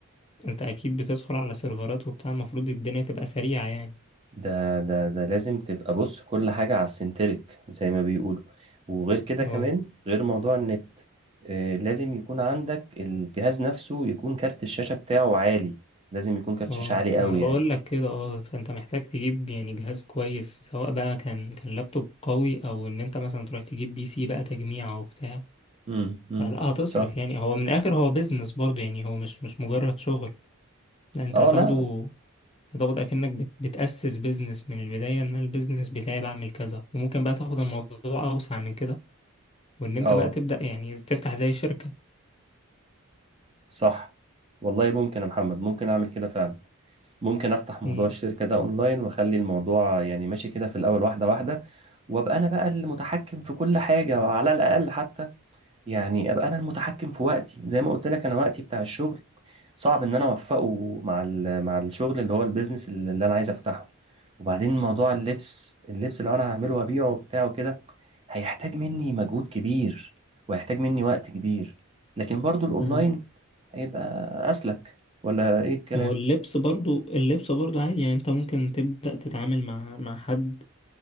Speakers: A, on the left; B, on the right.
A: أنت أكيد بتدخل على سيرفرات وبتاع المفروض الدنيا تبقى سريعة يعني
B: ده ده ده لازم تبقى بص كل حاجة على السنتريك زي ما بيقولوا وغير كده كمان
A: اه
B: غير موضوع النت آه، لازم يكون عندك الجهاز نفسه يكون كارت الشاشة بتاعه عالي لازم يكون كارت
A: اه
B: شاشة عالي
A: ما
B: قوي
A: انا بقول
B: يعني
A: لك كده اه فانت محتاج تجيب يعني جهاز كويس سواء بقى كان كان لابتوب قوي او ان انت مثلا تروح تجيب بي سي بقى تجميع او بتاع
B: امم امم
A: فلا هتصرف
B: صح
A: يعني هو من الاخر هو بيزنس برضه يعني هو مش مش مجرد شغل لا انت
B: اه
A: هتاخده
B: لا
A: هتاخد اكنك بت بتأسس بيزنس من البداية ان البيزنس بتاعي بعمل كذا وممكن بقى تاخد الموضوع اوسع من كده وان انت
B: اه
A: بقى تبدأ يعني تفتح زي شركة
B: صح والله ممكن يا محمد ممكن اعمل كده فعلا ممكن افتح موضوع
A: امم
B: الشركة ده اونلاين واخلي الموضوع يعني ماشي كده في الاول واحدة واحدة وابقى انا بقى المتحكم في كل حاجة وعلى الاقل حتى يعني ابقى انا المتحكم في وقتي زي ما قلت لك انا وقتي بتاع الشغل صعب ان انا اوفقه مع ال- مع الشغل اللي هو البيزنس اللي انا عايز افتحه وبعدين موضوع اللبس اللبس اللي انا هعمله وابيعه بتاعه كده هيحتاج مني مجهود كبير وهيحتاج مني وقت كبير لكن برضو الاونلاين
A: امم
B: هيبقى اسلك ولا ايه الكلام
A: ما هو اللبس برضو اللبس برضو عادي يعني انت ممكن تبدأ تتعامل مع مع حد